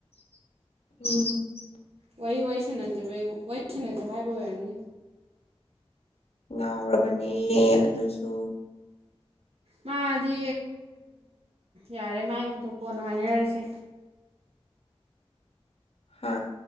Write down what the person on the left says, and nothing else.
ꯎꯝ
ꯌꯥꯥꯎꯔꯕꯅꯦ ꯑꯗꯨꯁꯨ
ꯍꯥ